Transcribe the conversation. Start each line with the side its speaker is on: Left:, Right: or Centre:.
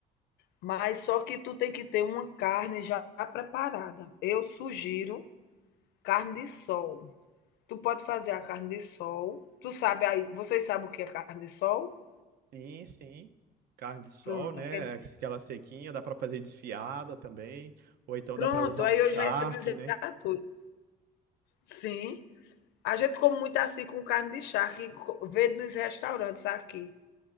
Left: Mas só que tu tem que ter uma carne já preparada. Eu sugiro carne de sol. Tu pode fazer a carne de sol. Tu sabe aí, vocês sabem o que é carne de sol?
Right: Sim, sim. Carne de sol,
Left: Pronto,
Right: né?
Left: aquele-
Right: É Aquela sequinha, dá para fazer desfiada também, ou então
Left: pronto,
Right: dá para usar
Left: aí
Right: um charque,
Left: eu já ia dizer
Right: né?
Left: a tu. Sim, a gente come muito assim com carne de charque, co- vende nos restaurantes aqui.